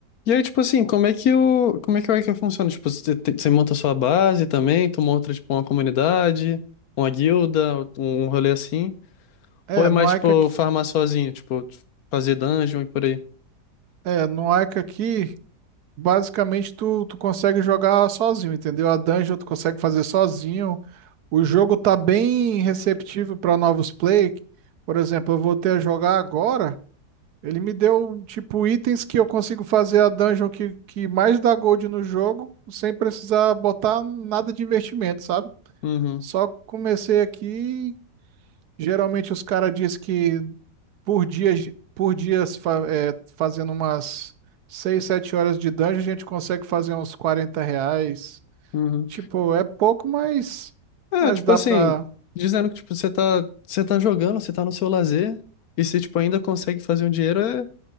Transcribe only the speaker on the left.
E aí, tipo assim, como é que o, como é que o Ica funciona? Tipo, você, te- você monta a sua base também, tu monta, tipo, uma comunidade, uma guilda, um um rolê assim?
Ou é mais,
tipo,
farmar sozinho, tipo, fazer dungeon e por aí?
Uhum,
uhum.
É,
tipo
assim,
dizendo que, tipo, você tá, você tá jogando, você tá no seu lazer, e você, tipo, ainda consegue fazer um dinheiro, é